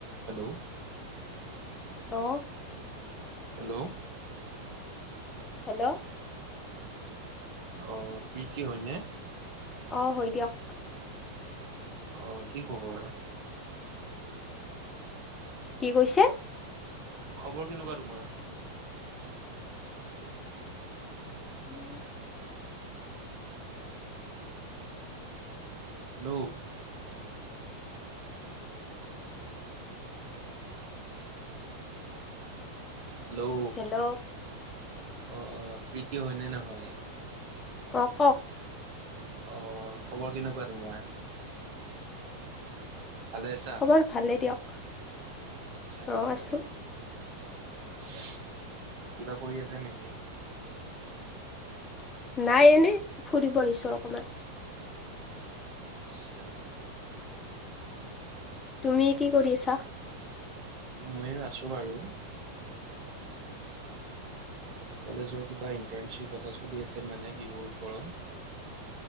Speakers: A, on the right (about 45°); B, on the left (about 20°).
A: হেল্ল'
B: তো
A: হেল্ল'
B: হেল্ল'
A: অ প্ৰীতি হয়নে?
B: অ হয় দিয়ক।
A: অ কি খবৰ।
B: কি কৈছে?
A: খবৰ কেনেকোৱা তোমাৰ?
B: <inaudible>
A: হেল্ল' হেল্ল' অ
B: হেল্ল'
A: অ প্ৰীতি হয়নে নহয়?
B: হক হক
A: অ খবৰ কেনেকোৱা তোমাৰ। ভালেই আছা
B: খবৰ ভালে দিয়ক
A: আচ্ছা আচ্ছা।
B: অ আছো
A: <unintelligible> কিবা কৰি আছে নেকি?
B: নাই এনে ফুৰিব আহিছো অকমান।
A: আচ্ছা
B: তুমি কি কৰি আছা?
A: মই আছো বাৰু। কলেজৰ কিবা ইণ্টাৰ্ণশ্বিপ এটা চলি আছে মানে বিহুৰ ওপৰত -